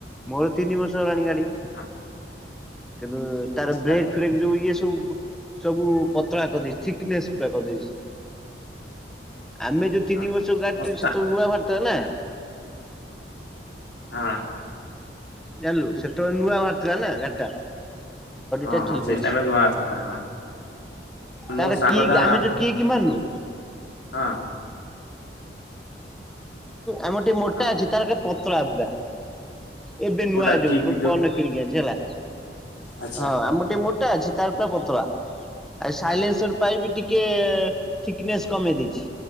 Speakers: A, in the centre; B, on the left.
A: ମୋର ତିନି ବର୍ଷ ହେଲାଣି ଗାଡି
B: ହଁ
A: କିନ୍ତୁ ତାର
B: ଆଚ୍ଛା
A: ବ୍ରେକ୍
B: ଆଚ୍ଛା।
A: ଫ୍ରେକ୍ ଯୋଉ ଇଏ ସବୁ ସବୁ ପତଳା କରିଦେଇଛି ଥିକନେସ୍ ପୁରା କରିଦେଇଛି। ଆମେ ଯୋଉ ତିନି
B: ହଁ
A: ବର୍ଷ ଗାଡି
B: ମୋ ସା
A: ସେତେବେଳେ ନୂଆ ବାହାରିଥିଲା ନା।
B: ହଁ
A: ଜାଣିଲୁ ସେତେବେଳେ ନୂଆ ବାହାରି ଥିଲା ନା ଗାଡିଟା।
B: ହଁ
A: ଟା
B: ହଁ
A: ଠିକ୍
B: ସେଇ
A: ଅଛି।
B: ହିସାବରେ ନୂଆ ଆସଥିଲା ହଁ।
A: ତାର
B: ମୋ ଶାଙ୍ଗ ଟା
A: ଆମେ ଯୋଉ ମାରୁନୁ
B: ହଁ
A: ଆମର ଟିକେ ମୋଟା
B: ହଁ
A: ଅଛି ତାର ପତଳା ପୁରା ଏବେ
B: କୋଉଟା
A: ନୂଆ ଯୋଉ
B: କିକ୍
A: ଗୋଟେ ପ ରଖ କିିଣିକି ଆଣିଚି ହେଲା
B: ଆଚ୍ଛା
A: ହଁ ଆମର ଟିକେ ମୋଟା ଅଛି ତାର ପୁରା ପତଳା। ଆଉ ସାଇଲେନ୍ସ
B: ହୁଁ।
A: ପାଇପ ଟିକିଏ ଠିକକନେସ୍ କମେଇ ଦେଇଛି।